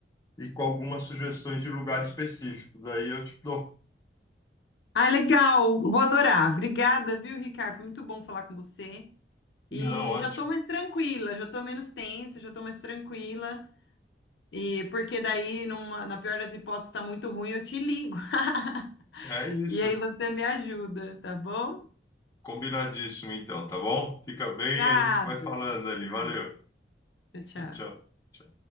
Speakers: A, on the left; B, on the left.
A: e com algumas sugestões de lugares específicos. Daí eu te dou.
B: Ah, legal, vou adorar. Obrigada, viu, Ricardo? Foi muito bom falar com você.
A: Não,
B: E
A: ótimo.
B: já tô mais tranquila, já tô menos tensa, já tô mais tranquila. E porque daí, numa- na pior das hipóteses, tá muito ruim, eu te ligo. <laughs>
A: É isso.
B: E aí você me ajuda, tá bom?
A: Combinadíssimo, então, tá bom? Fica bem
B: Obrigada.
A: e a gente vai falando
B: Até
A: ali.
B: mais.
A: Valeu.
B: Tchau, tchau.
A: Tchau. tchau.